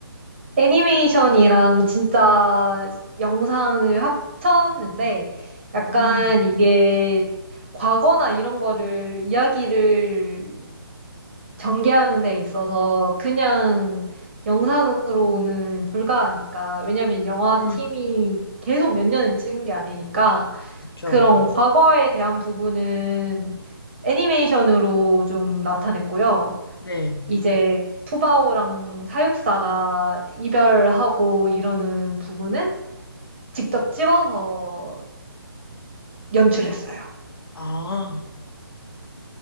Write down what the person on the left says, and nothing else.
음,
음,
그쵸.
네.
아,